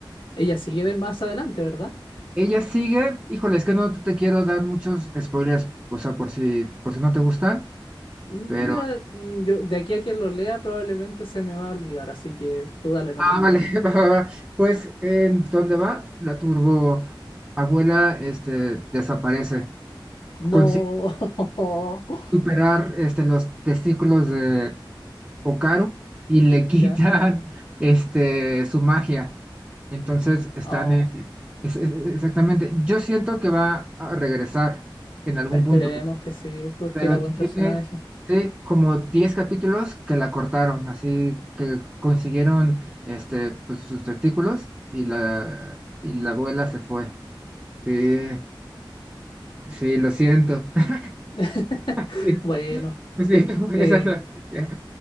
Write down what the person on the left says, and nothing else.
Ella sigue de más adelante, ¿verdad?
Mm,
Mira, mm, yo, de aquí a quien lo lea probablemente se me va a olvidar, así que tú dale nomás.
No,
<laughs>
ya.
Oh,
esperemos
que sí, porque
era buen
personaje.
<laughs>
Bueno.
eh,